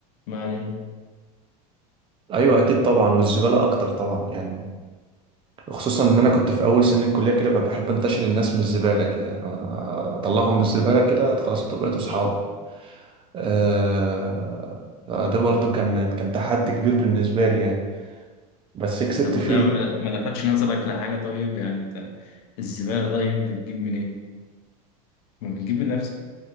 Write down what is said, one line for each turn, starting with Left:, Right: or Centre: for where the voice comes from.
Left: ما علينا
Right: ايوه اكيد طبعا والزبالة اكتر طبعا يعني خصوصا ان انا كنت في اول سنة الكلية كده ب- بحب انتشر الناس من الزبالة كده يعني اطلعهم من الزبالة كده خلاص بقيت اصحاب آه ده برضو كان كان تحدي كبير بالنسبة لي يعني بس كسبت
Left: طب وده
Right: فيه
Left: ما ما لفتش نظرك لحاجة طيب يعني انت الزبالة طيب بتجيب منين؟ ما بتجيب من نفسك